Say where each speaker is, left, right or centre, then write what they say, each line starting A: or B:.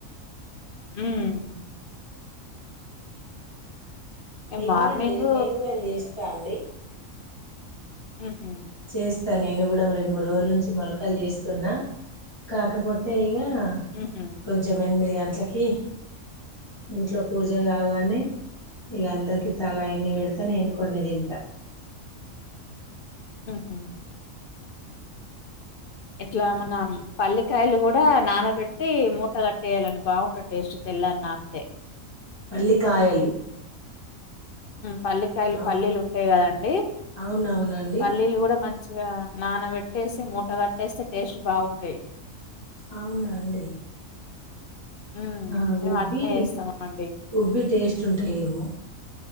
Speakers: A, on the left; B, on the left.
A: మ్మ్
B: మేము
A: మార్నింగ్
B: కూడాన్జె నేను కూడాన్ చేస్తా అండి
A: ఉహు
B: చేస్తా నేను కూడా రెండు, మూడు రోజుల నుంచి మొలకల్ చేస్తున్నా కాకపోతే ఇగ. <unintelligible>
A: ఉహు
B: కొంచెం ఎనిమిది గం ట్లకి ఇంట్లో పూజ కాగానే ఇగందరికీ. తలా ఇన్ని పెడతా నేను కొన్ని తింట
A: ఉహు ఇట్లా మన పల్లికాయలు కూడా నానబెట్టి మూట కట్టేయాలండి బాగుంటది టేస్ట్తే. తెల్లారి నాన్తే
B: పల్లికాయలు
A: పల్లకాయలు
B: అవు
A: పల్లీలు ఉంటయి కదండి
B: అవునవునండి
A: పల్లీలు కూడా మంచి ఇ నానబెట్టేసి మూట కట్టేస్తే టేస్ట్ బాగుంటాయి
B: అవునా అండి
A: ఉమ్
B: ఆ
A: మేము
B: ఉబ్బి
A: అట్నే చేస్తాము అండి
B: ఉబ్బి టేస్ట్ ఉంటాయ ఏమో